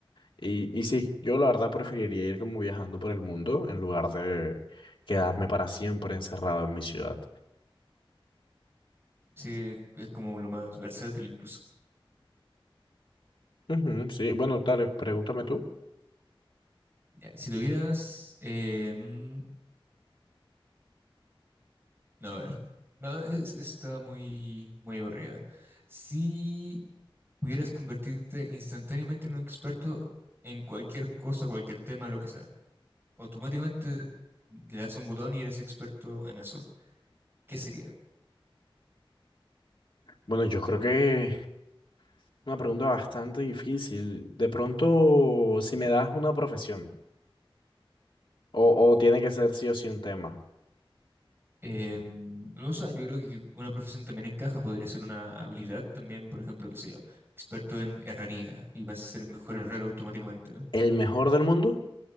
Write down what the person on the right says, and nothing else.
sí, es como lo más versátil incluso.
Ya, si tuvieras... eh, mm, no, a ver. No, es- estaba muy, muy aburrida. Sí. pudieras convertirte instantáneamente en un experto en cualquier cosa, cualquier tema, lo que sea. Automáticamente le das un botón y eres experto en eso. ¿Qué sería?
Eh, no sé, yo creo que una profesión también encaja, podría ser una habilidad también, por ejemplo, qué sé yo, experto en herrería y vas a ser el mejor herrero automáticamente, ¿no?